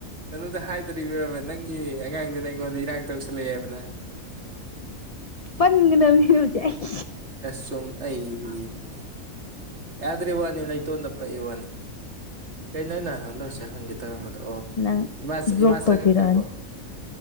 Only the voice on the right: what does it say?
ꯇꯩꯅꯣꯗ ꯍꯥꯏꯗꯔꯤꯕꯔꯕ ꯅꯪꯒꯤ ꯑꯉꯥꯡꯗꯨꯅ ꯑꯩꯉꯣꯟꯗ ꯏꯔꯥꯡ ꯇꯧꯁꯜꯂꯛꯑꯦꯕꯅ
<unintelligible>
ꯑꯁ ꯆꯨꯝꯝ ꯑꯩꯕꯤꯕ ꯌꯥꯗ꯭ꯔꯤ ꯋꯥꯅꯤ ꯂꯩꯇꯣꯟꯗ ꯄꯛꯏ ꯋꯥꯅꯤ ꯀꯩꯅꯣ ꯅꯍꯥꯟꯗꯝꯗ ꯍꯧꯖꯤꯛ ꯍꯪꯒꯦ ꯇꯧꯔꯝꯕꯗꯣ ꯑꯣ
ꯍꯤꯃꯥ
ꯍꯤꯃꯥ
ꯆꯉ ꯇ꯭ꯔꯤꯔꯤꯕꯣ